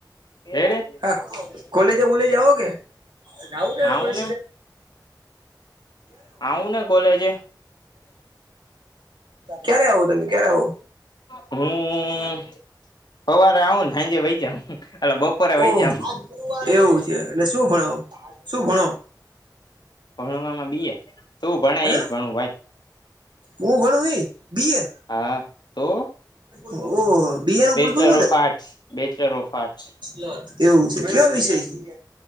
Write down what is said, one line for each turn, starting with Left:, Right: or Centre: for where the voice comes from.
Left: રેડે
Right: હા કોલેજ બોલેજે જઓ કે જવું કે
Left: આવું
Right: કોલે
Left: ને આવું ને કોલેજે
Right: ક્યારે આવો તમે ક્યારે આવો
Left: હમ સવારે આવું ને આજે વય જાવ બપોરે વહી
Right: ઓહ
Left: જાવ
Right: એવું છે. એટલે શું ભણો શું ભણો?
Left: ભણવામાં બીએ. તું ભણ એજ
Right: હે
Left: ભણું ભાઈ.
Right: હું ભણું એ બી એ
Left: હા. તો?
Right: ઓહ બીયા નું
Left: બેચલર
Right: પુલું શું થાય?
Left: ઓફ આર્ટસ બેચલર ઓફ આર્ટસ
Right: લો એવું છે. કેયો વિષય છે?